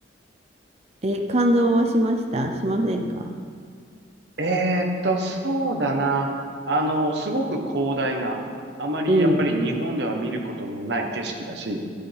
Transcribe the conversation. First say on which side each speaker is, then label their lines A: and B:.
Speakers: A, on the right (about 35°); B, on the right (about 65°).
A: ええ、感動はしましたしませんか
B: えーっと、そうだな。あの、すごく広大な、あまりやっぱり日本では見ることのない景色だし、
A: うん。